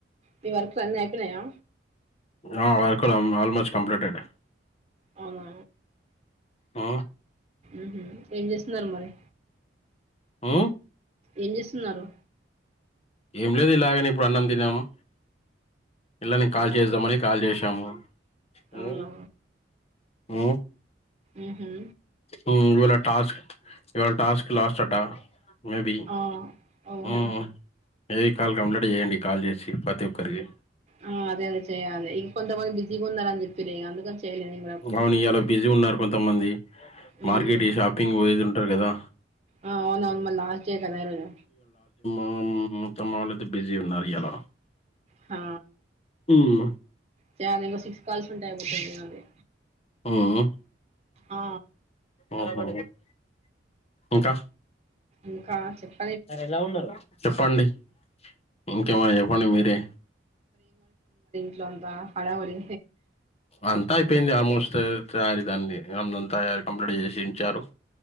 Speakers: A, on the right; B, on the left.
A: మీ వర్క్స్ అన్నీ అయిపేనాయా.
B: ఆ వర్కుల్ ఆల్మోస్ట్ కంప్లీటెడ్.
A: అవునా
B: ఉ
A: ఉహు ఏం చేస్తున్నారు మరి.
B: ఊ
A: ఏం చేస్తున్నారు.
B: ఏం లేదు ఇలాగనే ఇప్పుడు అన్నం తిన్నాము. పిల్లని కాల్
A: అవునా
B: చేద్దామని కాల్ చేశాము. ఇంగా
A: అవునా
B: ఉ
A: ఊహు.
B: ఊ ఇవాళ టాస్క్ ఇవాల టాస్క్ లాస్ట్ అట మేబీ
A: ఆ ఓహో
B: హ్మ్. ఏవి కాల్ కంప్లీట్ చేయండి కాల్ చేసి. ప్రతి ఒక్కరికి.
A: ఆ అదే అదే చేయాలి. కొంతమంది బిజీగా ఉన్నారని చెప్పిర్రిగా అందుకని. చేయలే నేను
B: అవును ఇయాల బిజీగున్నరు. కొంతమంది.
A: హ్మ్
B: మార్కెట్ ఈ షాపింగ్ పోయేది ఉంటారు కదా!
A: ఆ అవును మళ్ళా లాస్ట్ డే కదా ఈ రోజు.
B: హ్మ్ మా అమ్మ వాళ్ళయితే బిజీగున్నారు ఇయాల.
A: హా
B: హ్మ్.
A: చేయాలింగా సిక్స్ కాల్స్ ఉంటే అయిపోతుంది నాది.
B: హ్మ్.
A: ఆ.
B: ఆహా! ఇంకా.
A: ఇంకా చెప్పు.
B: మరి ఎలా ఉన్నారు చెప్పండి. ఇంకేమన్న చెప్పండి మీరే.
A: ఇల్లంతా హడావిడి.
B: అంతా అయిపోయింది ఆల్మోస్ట్ తయారీ దాన్ని అంతాయ కంప్లీట్ చేసించారు.